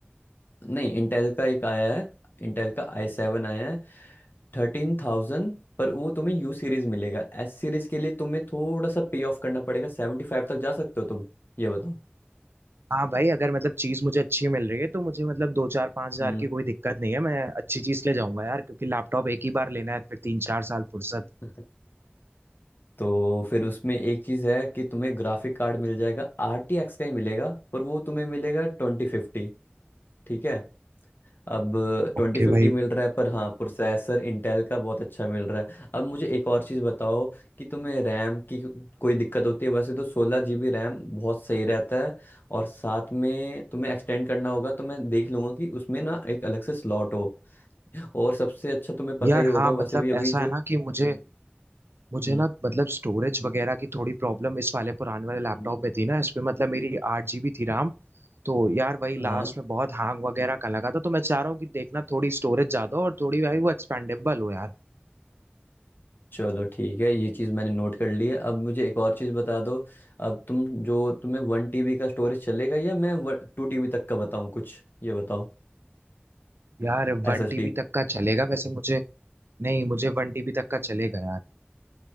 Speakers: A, on the left; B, on the right.
A: नहीं इंटेल का एक आया है इंटेल का आई सेवन आया है थर्टीन थाउजेंड पर वो तुम्हें यू सीरीज मिलेगा एस सीरीज के लिए तुम्हें थोड़ा सा पे ऑफ करना पड़ेगा सेवेंटी फाइव तक जा सकते हो तुम ये बताओ
B: हाँ भाई अगर मतलब चीज मुझे अच्छी मिल रही है तो मुझे मतलब दो चार पांच हजार
A: हम्म
B: की कोई दिक्कत नहीं है मैं अच्छी चीज ले जाऊंगा यार क्योंकि लैपटॉप एक ही बार लेना है फिर तीन चार साल फुर्सत
A: हम्म तो फिर उसमें एक चीज़ है कि तुम्हें ग्राफिक कार्ड मिल जाएगा आर टी एक्स का ही मिलेगा पर वो तुम्हें मिलेगा ट्वेंटी फिफ्टी ठीक है अब ट्वेंटी
B: ओके
A: फिफ्टी
B: भाई
A: मिल रहा है पर हाँ प्रोसेसर इंटेल का बहुत अच्छा मिल रहा है अब मुझे एक और चीज़ बताओ कि तुम्हें रैम की कोई दिक्कत होती है वैसे तो सोलह जी बी रैम बहुत सही रहता है और साथ में तुम्हें एक्सटेंड करना होगा तो मैं देख लूंगा कि उसमें ना एक अलग से स्लॉट हो और सबसे अच्छा तुम्हें पता
B: यार
A: ही होगा
B: हाँ
A: वैसे
B: मतलब
A: भी अभी
B: ऐसा
A: जो
B: है
A: हम्म,
B: ना कि मुझे मुझे
A: हम्म,
B: ना मतलब स्टोरेज वगैरह की थोड़ी प्रॉब्लम इस वाले पुराने वाले लैपटॉप
A: हम्म,
B: में थी ना इस पे मतलब मेरी आठ जीबी थी RAM तो यार वही
A: हम्म,
B: लास्ट में बहुत हैंग वगैरह का लगा था तो मैं चाह रहा हूँ कि देखना थोड़ी स्टोरेज ज्यादा हो और थोड़ी भाई वो एक्सपेंडेबल हो यार
A: चलो ठीक है ये चीज़ मैंने नोट कर ली है अब मुझे एक और चीज़ बता दो अब तुम जो तुम्हें वन टीबी का स्टोरेज चलेगा या मैं टू टीबी तक का बताऊँ कुछ ये बताओ
B: यार वन
A: S S
B: टीबी
A: D
B: तक का चलेगा वैसे मुझे नहीं मुझे वन टीबी तक का चलेगा यार